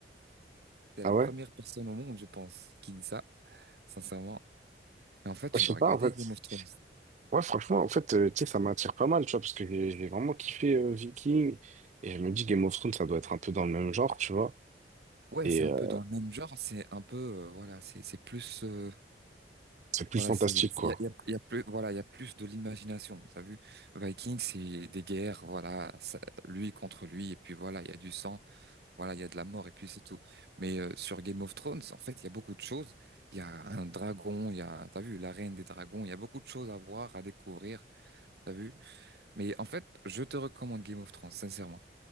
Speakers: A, on the right (about 65°); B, on the right (about 40°).
A: <laughs> t'es
B: Ah
A: la première
B: ouais?
A: personne au monde, je pense, qui dit ça. sincèrement. Mais en fait, tu
B: Ouais, Je
A: dois
B: sais
A: regarder
B: pas, en fait.
A: Game of Thrones.
B: Ouais, franchement, en fait, euh, tu sais, ça m'attire pas mal, tu vois, parce que j'ai j'ai vraiment kiffé euh, Viking. Et je me dis, Game of Thrones, ça doit être un peu dans le même genre, tu vois.
A: Ouais,
B: Et
A: c'est un
B: euh,
A: peu dans le même genre, c'est un peu, euh, voilà, c'est c'est plus, euh,
B: c'est plus
A: voilà,
B: fantastique,
A: c'est, il y
B: quoi.
A: a, il y a- il y a plus, voilà, il y a plus de l'imagination. T'as vu? Vikings, c'est des guerres, voilà, ça- lui contre lui, et puis voilà, il y a du sang, voilà, il y a de la mort, et puis c'est tout. Mais euh, sur Game of Thrones, en fait, il y a beaucoup de choses. Il y a un dragon, il y a, t'as vu, la reine des dragons, il y a beaucoup de choses à voir, à découvrir, t'as vu? Mais en fait, je te recommande Game of Thrones, sincèrement.